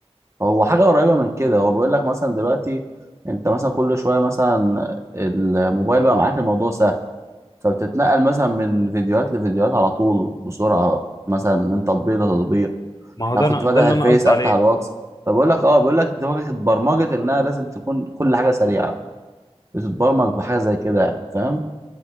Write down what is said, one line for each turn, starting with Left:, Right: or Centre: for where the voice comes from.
Right: هو حاجة قريبة من كده هو بيقول لك مثلا دلوقتي انت مثلا كل شوية مثلا الموبايل بقى معاك الموضوع سهل فبتتنقل مثلا من فيديوهات لفيديوهات على طول بسرعة مثلا من تطبيق لتطبيق
Left: ما هو
Right: انا
Left: ده
Right: كنت
Left: أنا-
Right: فاتح
Left: ده
Right: الفيس
Left: اللي انا قصدي
Right: افتح
Left: عليه
Right: الواتس فبقول لك اه بقول لك دماغك اتبرمجت انها لازم تكون كل حاجة سريعة بتتبرمج بحاجة زي كده يعني فاهم